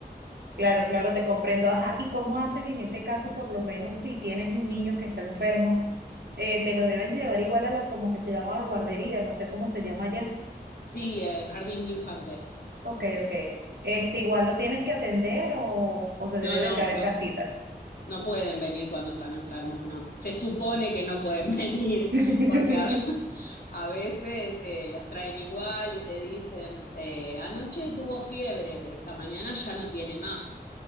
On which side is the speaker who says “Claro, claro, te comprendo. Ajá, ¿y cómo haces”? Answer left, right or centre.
Right